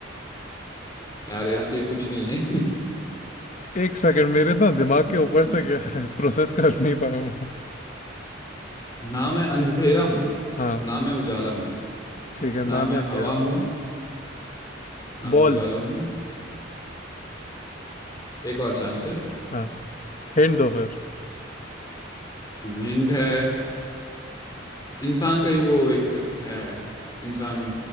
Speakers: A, on the left (about 20°); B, on the left (about 40°).
A: यार यहाँ तो ये कुछ नहीं है
B: एक सेकंड मेरे ना दिमाग
A: <laughs>
B: के ऊपर से प्रोसेस <laughs> कर नहीं पाया मैं
A: ना मैं अंधेरा हूँ
B: हाँ
A: ना मैं उजाला हूँ
B: ठीक है ना
A: ना मैं
B: मैं अंधेरा
A: हवा हूँ
B: हूँ
A: ना मैं
B: बॉल
A: उजाला हूँ एक और चांस है
B: हाँ हिंट दो फिर
A: हिंट है इंसान का ही वो एक है इंसान